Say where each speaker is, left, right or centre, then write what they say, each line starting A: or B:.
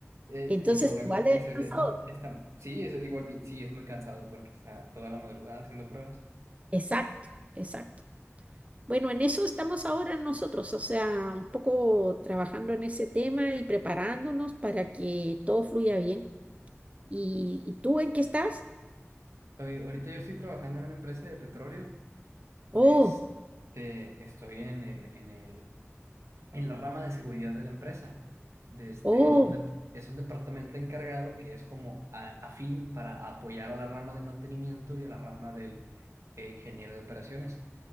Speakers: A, on the right (about 80°); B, on the right (about 30°).
A: Eh,
B: Entonces,
A: el problema
B: igual
A: es,
B: es
A: es-
B: cansador.
A: está, sí, eso igual, mi- sí, es muy cansado porque está toda la madrugada haciendo pruebas.
B: Exacto, exacto. Bueno, en eso estamos ahora nosotros, o sea, un poco trabajando en ese tema y preparándonos para que todo fluya bien. ¿Y, y tú en qué estás?
A: Oye, ahorita yo estoy trabajando en una empresa de petróleo. de
B: Oh,
A: este, estoy en el, en el en la rama de seguridad de la empresa. De este,
B: oh,
A: es un, dep- es un departamento encargado que es como a- afín para apoyar a la rama de mantenimiento y a la rama del eh, ingeniero de operaciones.